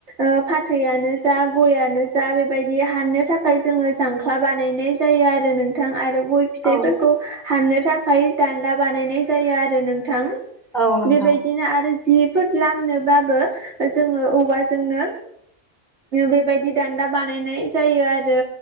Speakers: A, on the right (about 70°); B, in the centre.
A: ओ फाथैयानो जा, गयानो जा, बेबायदि हाननो थाखाय जोङो जांख्ला बानायनाय जायो आरो। नो नोंथां आरो गय फिथाइफोरखौ
B: औ
A: खौ हाननो थाखाय दानदा बानायनाय जायो आरो नोंथां।
B: औ नोंथां
A: बेबायदिनो आरो जिफोर लामनोबाबो जोङो औवाजोंनो बेबायदि दान्दा बानायनाय जायो आरो